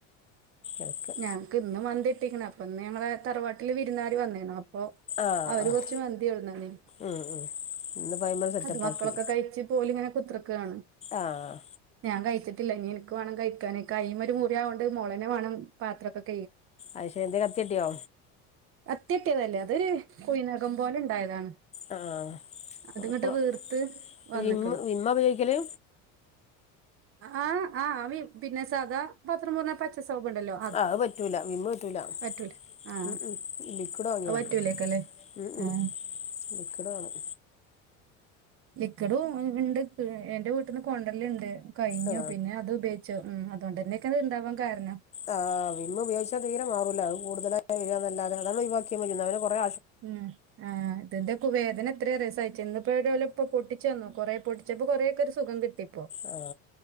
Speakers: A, on the left; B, on the right.
A: അതൊക്കെ
B: ഞങ്ങ് ഇന്നും മന്തിട്ടിക്ക്ണ് പ്പം പ്പന്ന് ഞങ്ങളെ തറവാട്ടില് വിരുന്നുകാര് വന്നീന്നു പ്പൊ
A: ആഹ്
B: അവര്
A: ആഹ്
B: കൊറച്ച് മന്തി കൊണ്ട് വന്നീന്
A: ഉം ഉം ഇന്ന്പ്പോ അയ്മെ സെറ്റപ്പാക്കി
B: അത് മക്കളൊക്കെ കഴിച്ച് ഓല് ഇങ്ങനെ കുത്ര ക്കാണ്
A: ആഹ്
B: ഞാൻ കഴിച്ചിട്ടില്ല ഇനി എനിക്ക് വേണം കഴി ക്കാന് കൈമേ ഒര് മുറി ആയ കൊണ്ട് മോളന്നെ വേണം പാത്രഒക്കെ
A: അയ് ശെ എന്ത് കത്തിതട്ടിയോ
B: കത്തിയട്ടിയതല്ല അതൊര് കുഴിനഖം പോലെ ഉണ്ടായതാണ്
A: ആ
B: അതിങ്ങട്ട്
A: അടെപ്പറം
B: വീർത്ത് വന്ന്ക്ക്ണ്
A: വിമ്മ് വിമ്മ ഉപയോഗിക്കല്
B: ആ ആ വിമ് പിന്നെ സാധാ പത്രം മോറുന്ന പച്ച സോപ്പ് ഉണ്ടല്ലോ
A: അത് പറ്റൂല വിമ്മ് പറ്റൂല
B: പറ്റൂല ആ
A: ഉം ഉം ലിക്വിഡ് വാങ്ങിയാതി
B: അത് പറ്റൂലേക്കല്ലേ
A: ഉം ഉം
B: ആ
A: ലിക്വിഡ് വാണം
B: ലിക്വിഡ് ഉണ്ട് എന്റെ വീട്ടിന്ന് കൊണ്ട് വെരലിണ്ട് കഴിഞ്ഞു
A: ആ
B: പിന്നെ അത് ഉപയോഗിച്ചു ഉം അതുകൊണ്ട് തന്നെക്കെ അത് ഇണ്ടാവാൻ കാരണം
A: ആ വിമ്മ് ഉപയോഗിച്ച തീരെ മാറൂല്ല അത് കൂടുതലായി നല്ലാതെ അതാങ്ങ് ഒയിവാക്കിയാമതി അന്നാ പിന്നെ കോറെ
B: ഉം ആ ഇതിന്റെ കു വേദന എത്രയാ അറിയോ സഹിച്ചേ ഇന്നിപ്പോഴ് രാവിലെ പൊട്ടിച്ചു തന്നു കോറെ പൊ ച്ചപ്പോ കോറേക്കെ ഒരു സുഖം കിട്ടിപ്പൊ
A: ആ